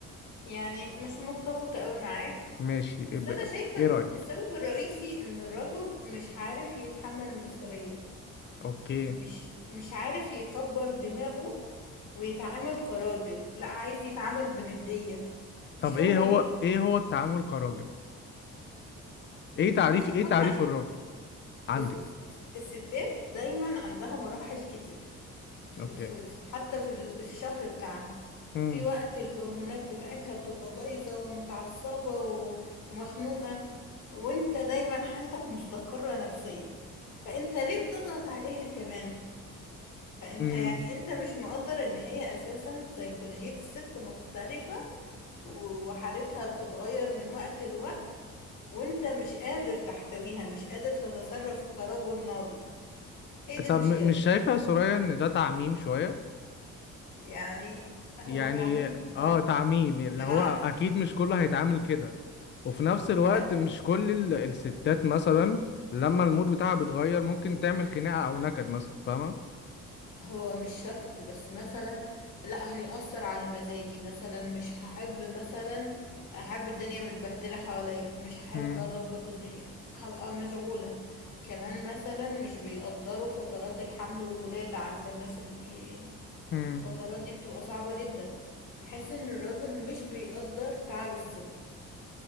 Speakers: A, on the left; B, on the left.
A: يعني مش متفقة قوي معاك
B: ماشي ايه
A: بس
B: بقى-
A: أنا شايفة
B: إيه رأيك
A: السبب الرئيسي إن الرجل مش عارف يتحمل المسؤولية
B: اوكي
A: مش مش عارف يكبر دماغه ويتعامل كراجل لا عايز يتعامل بندية مش
B: طب
A: فاهمة
B: ايه هو
A: ليه
B: ايه هو التعامل كراجل ايه تعريف ايه
A: تاخدها
B: تعريف الراجل عندك
A: بص بص الس- الستات دايما عندها مراحل كتير في
B: اوكي
A: في في- حتى في ال- في الشهر بتاعها
B: امم
A: في وقت الهرمونات بتاعتها بتبقى بايظة ومتعصبة و- ومخنوقة وانت دايما حالتك مستقرة نفسيا فانت ليه بتضغط عليها كمان فانت
B: امم
A: يعني انت مش مقدر ان هي اساسا سيكولوجية الست مختلفة و- وحالتها بتتغير من وقت لوقت وانت مش قادر تحتويها مش قادر تتصرف كرجل ناضج ايه دي المشكلة
B: طب م- مش شايفة يا سوريا ان ده تعميم شوية
A: يعني هو
B: يعني
A: تعميم بصراحة
B: اه تعميم اللي
A: انا
B: هو
A: عارفة
B: اكيد مش كله هيتعامل كده وفي نفس الوقت
A: بقى
B: مش كل ال- الستات مثلا لما المود بتاعها بيتغير ممكن تعمل خناقة او نكد مثلا فاهمة
A: هو مش شرط بس مثلا لا هيأثر على مزاجي مثلا مش هحب مثلا احب الدنيا متبهدلة حواليا مش هحب
B: امم
A: اظبط الدنيا هبقى مشغولة كمان مثلا مش بيقدروا فترات الحمل والولادة عند الناس ال- يعني
B: امم
A: الفترات دي بتبقى صعبة جدا بحس ان الراجل مش بيقدر تعب الست